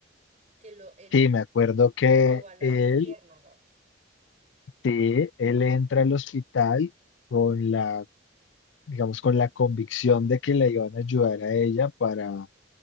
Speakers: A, on the right; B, on the left.
A: que lo, él
B: Sí,
A: lo-
B: me acuerdo que
A: la llevó a las
B: él,
A: luciérnagas.
B: sí, él entra al hospital. con la digamos, con la convicción de que la iban a ayudar a ella para,